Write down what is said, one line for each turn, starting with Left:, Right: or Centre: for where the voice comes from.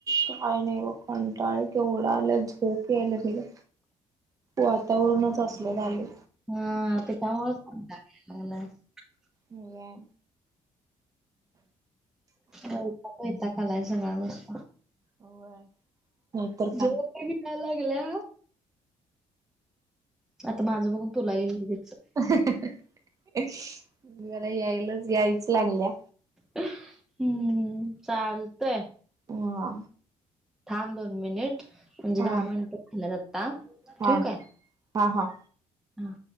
Right: काय नाही बघ कंटाळ केवढा आला झोप याय लागलीया. वातावरणच असलं झालंय.
Centre: हम् तेच्यामुळेच कंटाळा याय लागलाय.
Right: होय
Centre: वैताग वैताग आलाय सगळा नुस्ता.
Right: होय नाहीतर
Centre: झोप
Right: काय.
Centre: ही का लागल्या आता माझं बघून तुला येईल घे.
Right: हं हं मला यायला यायच लागलीया.
Centre: हम्म चालतंय.
Right: हा.
Centre: थांब दोन मिनिटं म्हणजे,
Right: हा
Centre: दहा मिनिटं झाल्यात आता.
Right: हा
Centre: ठेवू
Right: हा
Centre: काय
Right: हा.
Centre: हा.